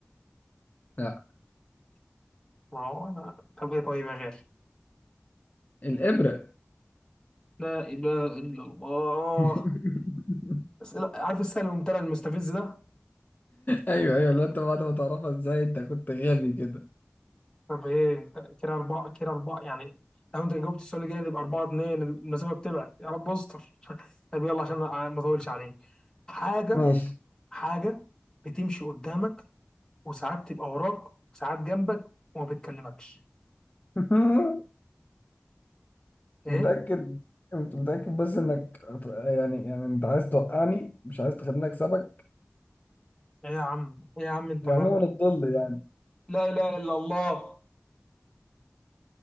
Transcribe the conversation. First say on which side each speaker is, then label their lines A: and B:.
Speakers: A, on the left (about 40°); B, on the left (about 20°).
A: لا
B: ما هو انا طب ايه طيب يا غالي
A: الإبرة
B: لا اله الا الله
A: <laughs>
B: اسئله عارف السهل الممتنع المستفز ده
A: ايوه ايوه لو انت بعد ما تعرفها ازاي انت كنت غبي كده
B: طب ايه كده اربعه كده اربعه يعني لو انت جاوبت السؤال الجاي تبقى اربعه اتنين المسافه بتبعد يا رب استر <laughs> طب يلا عشان ما ما اطولش عليك حاجه
A: ماشي
B: حاجه بتمشي قدامك وساعات تبقى وراك وساعات جنبك وما بتكلمكش
A: <laughs>
B: ايه
A: متأكد انت متأكد بس انك هت- يعني يعني انت عايز توقعني مش عايز تخليني اكسبك
B: ايه يا عم ايه يا عم انت
A: يا
B: مالك
A: عموما الظل يعني
B: لا اله الا الله